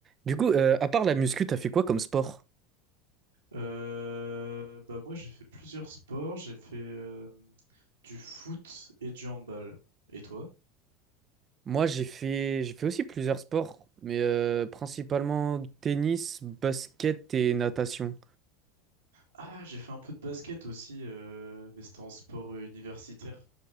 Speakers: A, on the right; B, on the right.
A: Du coup, euh, à part la muscu, t'as fait quoi comme sport?
B: Euh, bah moi j'ai fait plusieurs sports, j'ai fait euh, du foot et du handball. Et toi?
A: Moi, j'ai fait, j'ai fait aussi plusieurs sports, mais euh, principalement tennis, basket et natation.
B: Ah, j'ai fait un peu de basket aussi, euh, mais c'était en sport euh, universitaire.